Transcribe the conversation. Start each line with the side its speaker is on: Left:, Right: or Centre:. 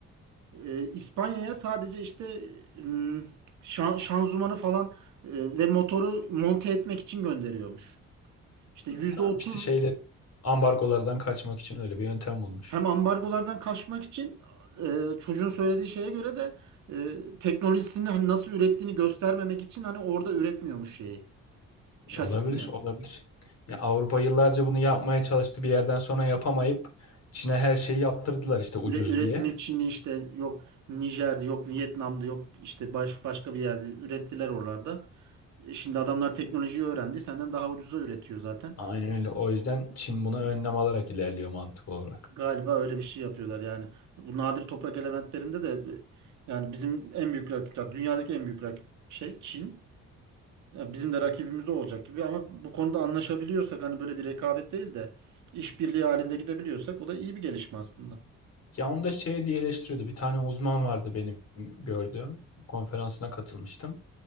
Right: Ee, İspanya'ya sadece işte ım, şan- şanzımanı falan e, ve motoru monte etmek için gönderiyormuş. İşte yüzde
Left: E, Tamam
Right: otuz
Left: işte şeyler ambargolardan kaçmak için öyle bir yöntem bulmuş.
Right: hem ambargolardan kaçmak için e, çocuğun söylediği şeye göre de e, teknolojisini hani nasıl ürettiğini göstermemek için hani orada üretmiyormuş şeyi şasisini.
Left: Ya Olabilir, olabilir. Ya Avrupa yıllarca bunu yapmaya çalıştı. Bir yerden sonra yapamayıp Çin'e her şeyi yaptırdılar işte ucuz
Right: Üre- üretimi
Left: diye.
Right: Çin'i işte yok Nijer'de yok Vietnam'da yok işte baş, başka bir yerde ürettiler oralarda. E Şimdi adamlar teknolojiyi öğrendi. Senden daha ucuza üretiyor zaten.
Left: Aynen öyle. O yüzden Çin buna önlem alarak ilerliyor mantık olarak.
Right: Galiba öyle bir şey yapıyorlar yani. Bu nadir toprak elementlerinde de e, yani bizim en büyük rakip, ya dünyadaki en büyük rakip şey Çin. Ya Bizim de rakibimiz o olacak gibi ama bu konuda anlaşabiliyorsak hani böyle bir rekabet değil de işbirliği halinde gidebiliyorsak o da iyi bir gelişme aslında.
Left: Ya onu da şey diye eleştiriyordu. Bir tane uzman vardı benim gördüğüm. Konferansına katılmıştım.